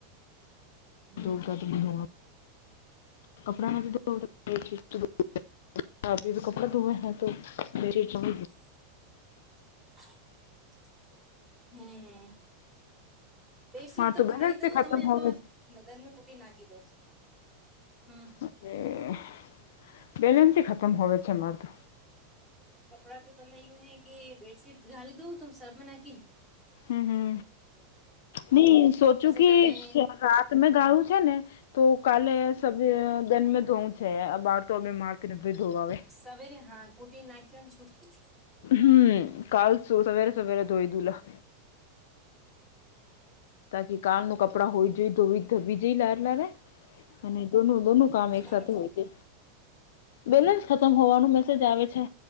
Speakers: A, in the centre; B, on the left.
A: હમ
B: દો કદમી હોવા કપડા નથી તો <unintelligible> કે કપડે ધોવાય છે તો શું?
A: <inaudible> હમ બે સીટ
B: માર
A: તો ગાડી
B: બેલેન્સ
A: દવુ
B: બી ખતમ
A: તમે
B: હોવે
A: પર નદન મે કુટી નાખીદો હમ.
B: અરે બેલનસેય ખતમ હોવે છે મારેતો
A: કપડાં તો તમે એવું હે કે બેડશીટ ઘાલી <inaudible>
B: હમ હમ. નઈ સોચું
A: પછી
B: કે
A: તમે
B: રાત મેં ગાળું છે ને તો કાલે સવેરે ધોવુ છે આ બાર તો અમે મારતી નથી ધોવા આવે.
A: સવેરે હા કુટી નાખવન છુટટી
B: હમ કાલસું સવેરે સવેરે ધોઈ દુંલા. તાકી કાલનું કપડા હોયઈ જોઈ ધોવી ધબી વાર લે અને દોનું દોનું કામ એક
A: હમ
B: સાથે હોય છે બેલેન્સ ખતમ હોવાનું મેસેજ આવે છે